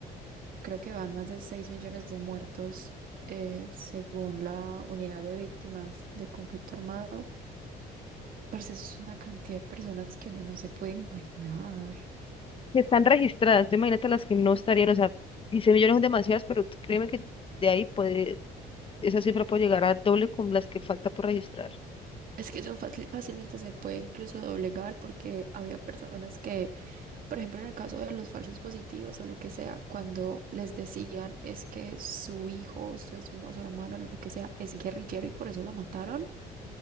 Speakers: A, on the right; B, on the left.
A: creo que van más de 6 millones de muertos eh, según la unidad de víctimas del conflicto armado Parce, eso es una cantidad de personas que uno no se puede imaginar.
B: que están registradas. Tú imagínate las que no estarían, o sea, 15 millones son demasiadas, pero créeme que de ahí puede, esa cifra puede llegar a doble con las que falta por registrar.
A: Es que eso fácil- fácilmente se puede incluso doblegar porque había personas que, por ejemplo, en el caso de los falsos positivos o lo que sea, cuando les decían es que su hijo, su, esmo- su hermano, lo que sea, es guerrillero y por eso lo mataron,